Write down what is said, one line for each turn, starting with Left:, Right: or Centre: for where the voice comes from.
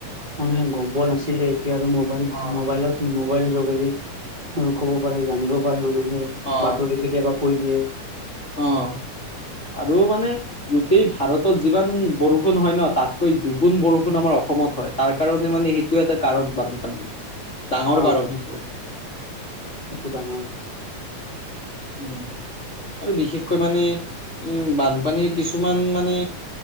Right: মানুহে গম পোৱা নাছিলে, এতিয়া আৰু মোক মবাইল-মোবাইলত,
Left: অ
Right: মোবাইল যোগেদি ক'ব পাৰে, জানিব পাৰে, মানুহে।
Left: অ
Right: বাতৰি কেতিয়াবা কৈ দিয়ে।
Left: অ', আৰু মানে গোটেই ভাৰতত যিমান বৰষুণ হয় ন', তাতকৈ দুগুণ বৰষুণ, আমাৰ অসমত হয়। তাৰ কাৰণে মানে, সেইটো এটা কাৰণ বানপানীৰ, ডাঙৰ
Right: অ
Left: কাৰণ সেইটো।
Right: সেইটো ডাঙৰ।
Left: উম, আৰু বিশেষকৈ মানে, উম, বানপানীৰ কিছুমান মানে